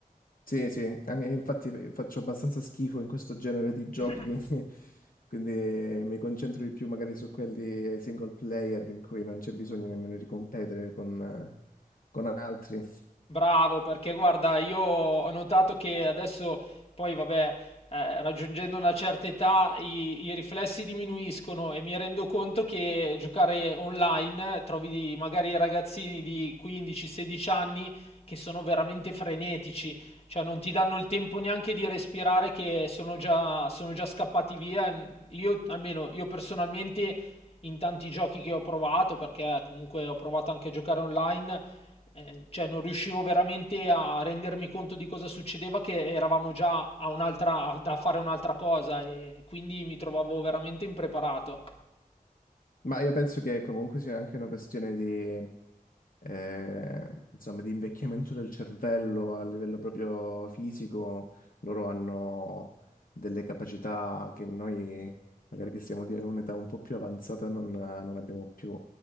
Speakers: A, on the left; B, on the left.
A: Sì, sì, anche- infatti faccio abbastanza schifo in questo genere di giochi,
B: <clears throat>
A: <laughs> quindi mi concentro di più magari su quelli ai single player in cui non c'è bisogno nemmeno di competere con, eh, con altri.
B: Bravo, perché guarda, io ho notato che adesso poi, vabbè, eh, raggiungendo una certa età i, i riflessi diminuiscono e mi rendo conto che giocare online trovi di- magari ragazzini di 15-16 anni che sono veramente frenetici, cioè non ti danno il tempo neanche di respirare che sono già, sono già scappati via. Io, almeno io personalmente, in tanti giochi che ho provato, perché comunque ho provato anche a giocare online eh, cioè non riuscivo veramente a rendermi conto di cosa succedeva, che eravamo già a un'altra, a, da fare un'altra cosa e quindi mi trovavo veramente impreparato.
A: Ma io penso che comunque sia anche una questione di... eh, insomma, di invecchiamento del cervello a livello proprio fisico, loro hanno delle capacità che noi, magari che siamo di un'età un po' più avanzata, non, non abbiamo più.